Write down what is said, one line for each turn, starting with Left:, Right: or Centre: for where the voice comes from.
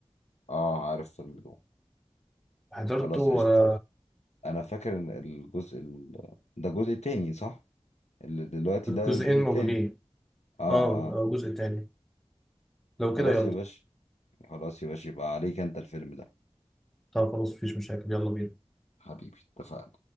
Left: اه عارف فيلم دوم
Centre: حضرته
Left: خلاص عشت
Centre: ولا
Left: انا فاكر ان الجزء ال... ده الجزء التاني صح اللي دلوقتي ده
Centre: جزئين
Left: الجزء التاني
Centre: موجودين
Left: اه
Centre: اه
Left: اه
Centre: آه، جزء تاني لو
Left: خلاص
Centre: كده يلا
Left: يا باشا خلاص يا باشا يبقى عليك انت الفيلم ده
Centre: طب خلاص مفيش مشاكل يلا بينا
Left: حبيبي اتفقنا